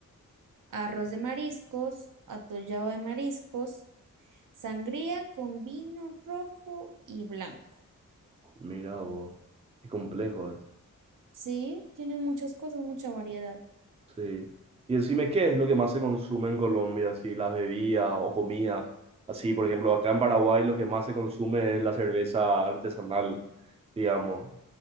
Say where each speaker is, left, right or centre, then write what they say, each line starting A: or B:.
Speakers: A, on the right; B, on the right.
A: arroz de mariscos, atollado de mariscos, sangría con vino rojo y blanco.
B: Mira, vos, qué complejo es.
A: Sí, tienen muchas cosas, mucha variedad.
B: Sí. Y decime, ¿qué es lo que más se consume en Colombia? Así, las bebidas o comida. Así, por ejemplo, acá en Paraguay lo que más se consume es la cerveza artesanal, digamos.